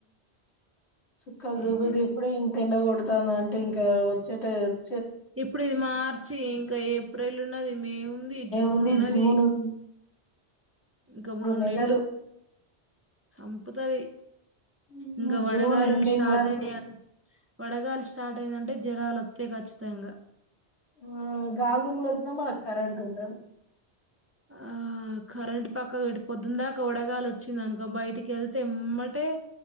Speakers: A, on the left; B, on the right.
A: సుకల్ జూపిదు
B: ఏం చే
A: ఇప్పుడే ఇంగ్ తిండ కొడతాన్దాంటే ఇంకా వచ్చేట ఏత్
B: ఇప్పుడు ఇది మార్చి ఇంకా ఏప్రిల్ ఉన్నది మే ఉంది జూన్
A: ఉంది,
B: ఉన్నది
A: జూన్ ఉంది.
B: ఇంకా మూడు
A: నెలలు.
B: నెళ్లు సంపుతది
A: హ్మ్.
B: ఇంగ వడగాలులు
A: జూన్ ఎండింగ్
B: స్టార్ట్
A: వరకు
B: అయినయ్ అన్ వడగాలు స్టార్ట్ అయినాయంటే జరాలోత్తయి ఖచ్చితంగా
A: ఆ గాలిదుమ్ములు వచ్చినా మనక్ కరెంటుండదు
B: ఆ కరెంట్ పక్క పె పొద్దున్న దాకా వడగాలి వచ్చింది అనుకో బయటికి వెళ్తే ఎమ్మటే